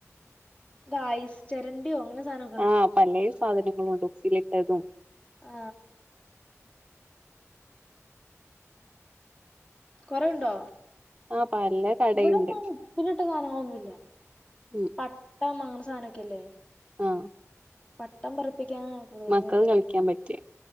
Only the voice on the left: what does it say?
ായിസ് ചരണ്ടിയോ അങ്ങനെ സാധന
ആ കൊറെുണ്ടോ
ഇവിടെന്നാണ് പിന്നട്ട സാധനങ്ങളൊന്നുമല്ല
പട്ട അങ്ങന സാധനമൊക്കെല്ലേ
പട്ടം പിപ്പിക്കാന കൂടുതല
പരിവാരം